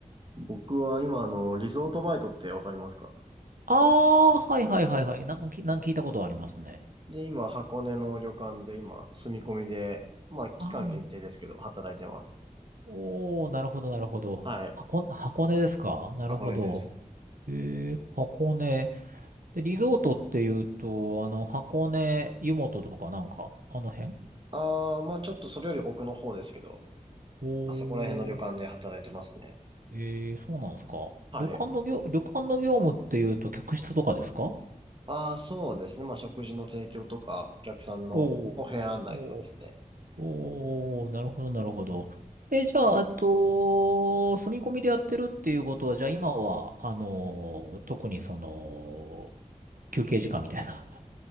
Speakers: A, on the right (about 35°); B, on the right (about 80°).
A: 僕は今、あの、リゾートバイトってわかりますか
B: ああー、はいはいはいはい。なんもきなん聞いたことはありますね。
A: で、今、箱根の旅館で今、住み込みで、まあ、期間限定ですけど、
B: ああ、
A: 働いてます。
B: おー、なるほどなるほど。
A: はい。
B: 箱、箱根ですかなるほど。
A: 箱根です。
B: えー、箱根。で、リゾートっていうと、あの、箱根、湯本とかなんか、あの辺
A: あー、まあ、ちょっとそれより奥の方ですけど、
B: おー。
A: まあ、そこら辺の旅館で働いてますね。
B: えー、そうなんですか。
A: はい。
B: 旅館の業、旅館の業務っていうと客室とかですか
A: あー、そうですね。まあ、食事の提供とか、お客さんのお部屋案内とかですね。
B: おー。おー。おー、なるほど、なるほど。え、じゃあ、あと、住み込みでやってるっていうことは、じゃあ今は、あのー特にその、休憩時間みたいな。